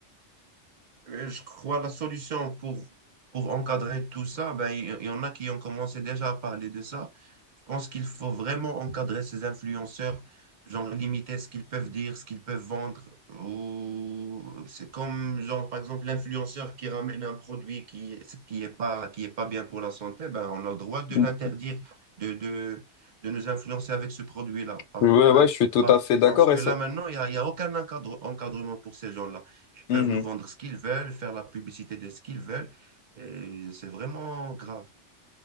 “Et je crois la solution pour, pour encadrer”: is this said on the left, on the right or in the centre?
Right